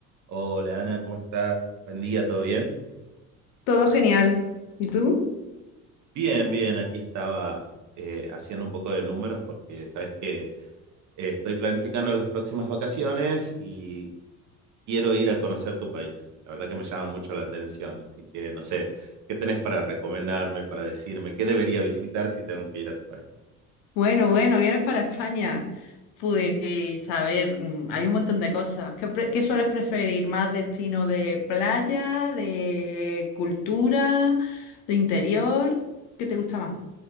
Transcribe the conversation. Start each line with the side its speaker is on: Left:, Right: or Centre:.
Right: Hola Ana, ¿cómo estás? Buen día, ¿todo bien?
Left: Todo genial. ¿Y tú?
Right: Bien, bien, aquí estaba eh, haciendo un poco de números porque sabes que eh, estoy planificando las próximas vacaciones y quiero ir a conocer tu país. La verdad que me llama mucho la atención, así que no sé, ¿qué tenés para recomendarme, para decirme qué debería visitar si tengo que ir a tu país?
Left: Bueno, bueno, vienes para España. Pues,
Right: Sí.
Left: a ver, mm, hay un montón de cosas. ¿Qué, pre- qué sueles preferir? ¿Más destino de playa, de cultura, de interior? ¿Qué te gusta más?